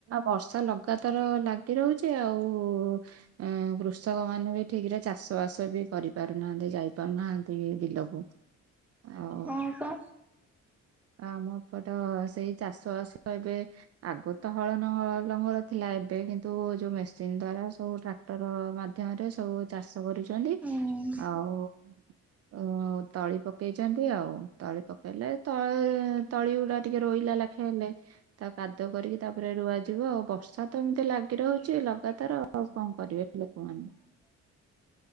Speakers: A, on the right; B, in the centre.
A: ବର୍ଷା ଲଗାତାର ଲାଗି ରହୁଛି ଆଉ ଅଁ କୃଷକ ମାନେ ବି ଠିକ୍ ରେ ଚାଷ ବାସ ବି କରିପାରୁ ନାହାଁନ୍ତି ଯାଇ ପାରୁନାହାଁନ୍ତି ବିଲକୁ। ଆଉ
B: ହଁ ପା।
A: ଆମ ଏପଟ ସେଇ ଚାଷ ବାସ ଏବେ ଆଗ ତ ହଳ ନ ଲଙ୍ଗଳ ଥିଲା ଏବେ କିନ୍ତୁ ଯୋଉ ମେସିନ ଦ୍ଵାରା ସବୁ୍ ଟ୍ରା ଟକ୍ଟର ମାଧ୍ୟମରେ ସବୁ ଚାଷ କରୁଛନ୍ତି।
B: ହୁଁ।
A: ଆଉଁ ଆଉଁ ତଳି ପକେଇଛନ୍ତି ଆଉ। ତଳି ପକେଇଲେ ତୟ ତଳି ଗୁଡା ଟିକେ ରୋଇଲା ଲାଖେ ହେଲେ। ତା କାଦୁ କରିକି ତାପରେ ରୁଆ ଯିବ। ଆଉ ବର୍ଷା ତ ଏମିତି ଲାଗି ରହୁଛି ଲଗାଦାର ଆଉଁ କଣ କରିବେ ଲୋକମାନେ?